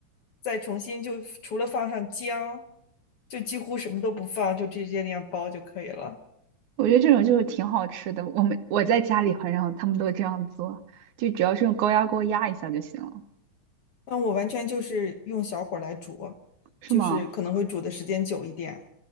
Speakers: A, on the left (about 60°); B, on the right (about 75°).
A: 再重新就除了放上姜，就几乎什么都不放，就直接那样煲就可以了。
B: 我觉得这种就是挺好吃的。我们我在家里好像他们都这样做，就只要是用高压锅压一下就行了，
A: 嗯，我完全就是用小火来煮，
B: 是吗？
A: 就是可能会煮的时间久一点。